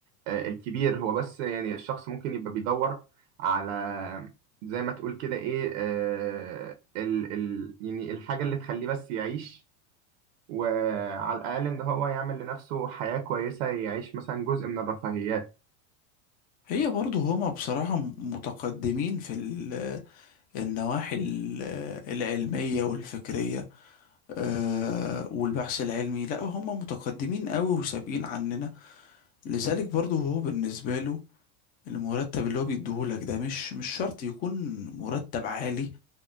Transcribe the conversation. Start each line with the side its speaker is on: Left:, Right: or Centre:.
Right: آه، الكبير هو بس يعني الشخص ممكن يبقى بيدور على زي ما تقول كده ايه آه، ال ال يعني الحاجة اللي تخليه بس يعيش وعلى الأقل إن هو يعمل لنفسه حياة كويسة يعيش مثلا جزء من الرفاهيات
Left: هي برضو هما بصراحة م- متقدمين في ال- النواحي ال- العلمية والفكرية آه، والبحث العلمي لا هما متقدمين قوي وسابقين عننا لذلك برضو هو بالنسبة له المرتب اللي هو بيديهولك ده مش مش شرط يكون مرتب عالي